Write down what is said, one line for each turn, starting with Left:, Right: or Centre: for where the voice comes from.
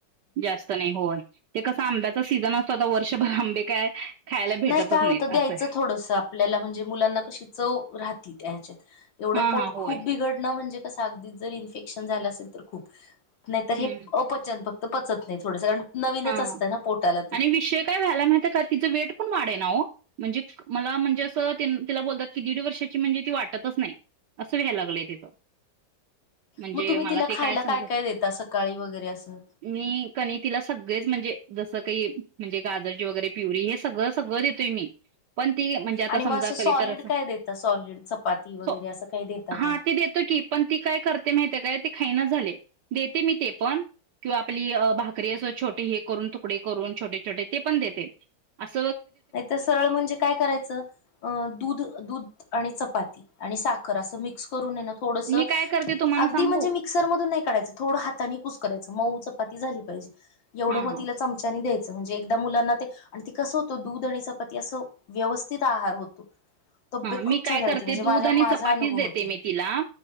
Right: जास्त नाही होय ते कसं आंब्याचा सीझन असतो आता वर्षभर आंबे काय खायला भेटतच
Left: नाही काय
Right: नाहीत
Left: होतं द्यायचं
Right: असं आहे.
Left: थोडस आपल्याला म्हणजे मुलांना कशी चव राहती त्या ह्याच्यात. एवढं
Right: हा
Left: पोट
Right: हा होय
Left: खूप बिघडणं म्हणजे कसं अगदीच जर इन्फेक्शन झालं असेल तर खूप नाही तर हे
Right: हम्म
Left: अपचन फक्त पचत नाही थोडंसं कारण नवीनच
Right: हा.
Left: असतं ना पोटाला ते.
Right: आणि विषय काय व्हायला माहिती काय तिचं वेट पण वाढेना वो. म्हणजे मला म्हणजे असं तिला बोलतात की दीड वर्षाची म्हणजे ती वाटतच नाही. असं व्हायला लागलंय तिचं. म्हणजे
Left: मग तुम्ही
Right: मला
Left: तिला
Right: ते
Left: खायला
Right: काय समज
Left: देता सकाळी वगैरे असं?
Right: मी कणी तिला सगळेच म्हणजे जस काही म्हणजे गाजरची वगैरे प्युरी हे सगळं सगळं देतोय मी पण ती म्हणजे आता
Left: आणि
Right: समजा
Left: मग असं सॉलिड
Right: कधी तर अस
Left: काय देता सॉलिड चपाती वगैरे
Right: सो
Left: असं काही देता
Right: हा
Left: का?
Right: ती देतो पण ती काय करते माहिती काय खाईनाच झालेय, देते मी ते पण किंवा आपली भाकरी अस. छोटे हे करून तुकडे करून छोटे छोटे ते पण देते अस.
Left: नाहीतर सरळ म्हणजे काय करायचं अ दूध दूध आणि चपाती आणि साख र असं मिक्स करून ना थोडस
Right: मी काय करते तुम्हाला
Left: अगदी
Right: सांगू
Left: म्हणजे मिक्सर मधून नाही काढायचं. थोडं हातानी कुस करायचं मऊ चपाती झाली पाहिजे एवढं
Right: हा
Left: मग
Right: हा
Left: तिला चमच्यानी द्यायच. म्हणजे एक मुलांना ते ते कस होत दूध आणि चपाती असं व्यवस्थित आहार होतो. तब्येत
Right: हा मी
Left: खूप
Right: काय
Left: छान
Right: करते
Left: राहते म्हणजे माझ्या
Right: दूध आणि
Left: माझा
Right: चपातीच
Left: अनुभव
Right: देते
Left: होता
Right: मी तिला